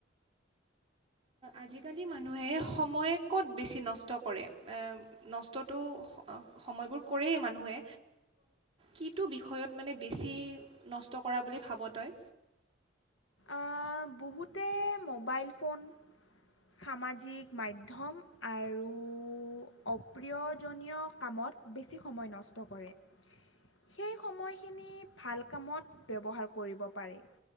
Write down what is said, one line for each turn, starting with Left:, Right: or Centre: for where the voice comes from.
Right: আজিকালি মানুহে সময় ক'ত বেছি নষ্ট কৰে, নষ্টটো সময়বোৰ কৰেই, মানুহে কিটো বিষয়ত মানে বেছি নষ্ট কৰা বুলি ভাব তই?
Left: আহ, বহুতে মোবাইল ফোন সামাজিক মাধ্যম আৰু অপ্ৰিয়জনীয় কামত বেছি সময় নষ্ট কৰে, সেই সময়খিনি ভাল কামত ব্যৱহাৰ কৰিব পাৰি।